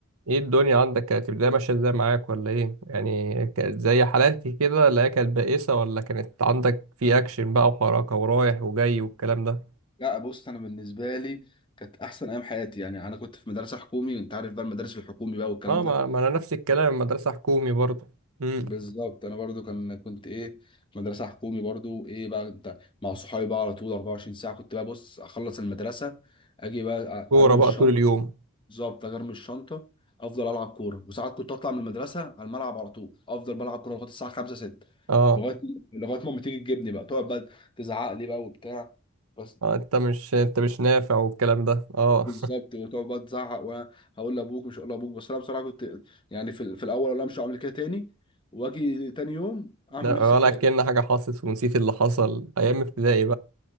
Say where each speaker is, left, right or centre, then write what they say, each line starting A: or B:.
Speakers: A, on the right; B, on the left.
A: ايه الدنيا عندك كانت البدايه ماشيه ازاي معاك ولا ايه يعني كانت زي حالاتي كده لا هي كانت بائسه ولا كانت عندك في اكشن بقى وحركه ورايح وجاي والكلام ده
B: لا بص انا بالنسبه لي كانت احسن ايام حياتي يعني انا كنت في مدرسه حكومي وانت عارف بقى المدارس الحكومي بقى والكلام
A: اه
B: ده
A: ما, ما انا نفس الكلام مدرسه حكومي برضه امم
B: بالظبط انا برضو كان كنت ايه في مدرسه حكومي برضو ايه بقى انت مع صحابي بقى على طول 24 ساعه كنت بقى بص اخلص المدرسه اجي بقى
A: كوره
B: أ- ارمي
A: بقى
B: الشنطه
A: طول اليوم
B: بالظبط أجي ارمي الشنطه افضل العب كوره وساعات كنت اطلع من المدرسه على الملعب على طول افضل بلعب كوره لغايه الساعه 5 6
A: اه
B: لغايه لغايه ما أمي تيجي تجيبني بقى تقعد بقى تزعق لي بقى وبتاع بس
A: آه، انت مش انت مش نافع والكلام ده اه
B: بالظبط وتقعد بقى تزعق وانا هقول لابوك مش هقول لابوك بس انا بصراحه كنت يعني في, ال- في الاول انا مش هعمل كده تاني واجي تاني يوم
A: <laughs>
B: اعمل
A: لا،
B: نفس الكلام
A: ولا كأن حاجه حصلت ونسيت اللي حصل ايام ابتدائي